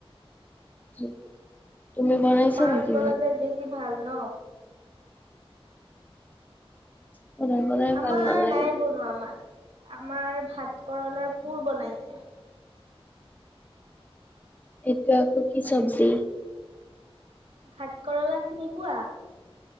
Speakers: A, on the left (about 15°); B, on the right (about 85°).
A: <inaudible> বনাইছা
B: মাছ
A: নেকি
B: বনালে বেছি ভাল ন
A: সদায় সদায়
B: আমাৰ
A: ভাল নালাগে
B: নাই বনোৱা আমাৰ আমাৰ ভাত কেৰলাৰ পোৰ বনাইছে
A: এইটো আকৌ কি চব্জি
B: ভাত কৰলা চিনি পোৱা